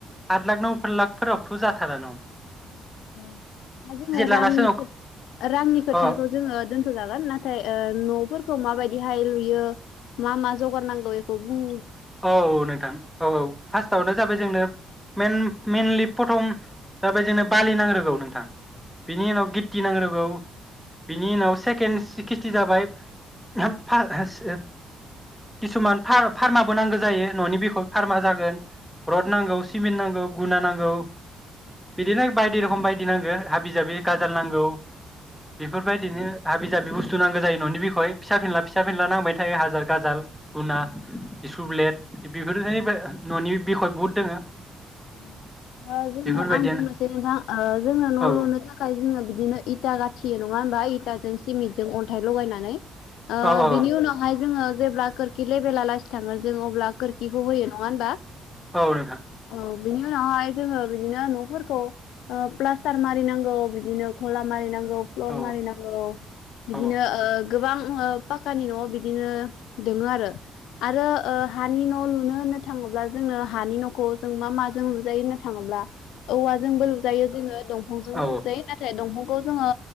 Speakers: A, in the centre; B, on the left (about 85°).
A: आद लाख न' लाखफोरावथ' जाथारा न
B: ओं दा जोङो
A: लानासो
B: रांनि रांनि खोथाखौ
A: अ
B: जोङो दोनथ'जागोन नाथाय ओ न'फोरखौ माबायदिहाय लुयो मा मा जगार नांगौ बेखौ बुं
A: औ नोंथां औ औ फार्स्टआवनो जाबाय जोंनो मेन-मेनलि प्रथम जाबाय जोंनो बालि नांग्रोगौ नोंथां। बिनि उनाव गिथि गौ बिनि उनाव सेकेन सि खिथि जाबाय फार <unintelligible> किसुमान फार-फारमा गो नांगौ जायो न'नि बिखौ फार्मा जागोन रड नांगौ सिमेन्ट नांगौ गुना नांगौ बिदिनो बायदि रोखम बायदि नांगौ हाबि जाबि गाजाल नांगौ। बेफोरबायदिनो हाबि जाबि बुस्थु थु नांगौ जायो न'नि बिखय फिसा फिनला फिसा फिनला नांबाय थायो हाजार गाजाल गुना।
B: औ।
A: सुब्लेट बेफोरनि न'नि बिखय बुहुद दोङो।
B: औ। ओ जोङो
A: बेफोरबायदियानो
B: आं बुंनोसै नोंथां ओ जोङो न'
A: औ
B: लुनो थाखाय जोङो बिदिनो इ था गा थियो नङा होनोमबा इथाजों सिमितजों अन थाइ लगायनानै ओ
A: औ औ
B: बिनि उनावहाय जोङो जेब्ला खोरखि लेभेला लासि थाङो जों अब्ला खोरखिखौ होयो नङा होनबा?
A: औ नोंथां
B: बिनि उनावहाय जोङो बिदिनो न'फोरखौ ओ प्लास्टार मारिनांगौ बिदिनो गला मारिनांगौ। गौ प्लर
A: औ
B: मारिनांगौ इदिनो
A: औ
B: ओ गोबां ओ पाक्कानि न' बिदिनो दोङो आरो आरो ओ हानि न' लुनो होननो थाङोब्ला जोंनो हानि न'खौ जों मा माजों नुजायोनो थाङोब्ला औवाजोंबो लुजायो जोङो दंफांजोंबो
A: औ
B: लुजायो नाथाय दंफां खौ जोङो